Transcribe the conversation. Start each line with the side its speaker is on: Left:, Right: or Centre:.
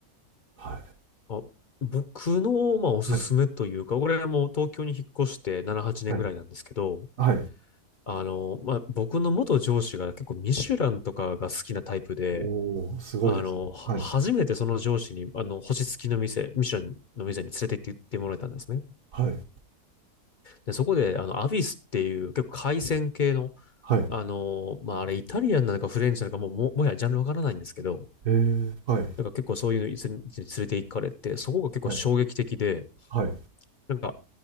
Right: はい、
Left: あ、僕の、まあ、おすすめというか、
Right: はい、
Left: これはもう東京に引っ越して7、8年ぐらいなんですけど、
Right: はい、はい。
Left: あの、まあ、僕の元上司が結構ミシュランとかが好きなタイプで、
Right: おおー、すごいですね。
Left: あの、は初めてその上司に、
Right: はい、
Left: あの、星付きの店、ミシュランの店に連れて行ってもらえたんですね。
Right: はい、
Left: で、そこで、あの、アビスっていう結構海鮮系の
Right: はい。へ
Left: あの、まあ、あれ、イタリアンなのかフレンチなのかもう、も、もはやジャンルわからないんですけど、
Right: え、はい。
Left: なんから結構そういうのに連れて行かれて、そこが結構衝撃的で、
Right: はい、はい、
Left: なんか、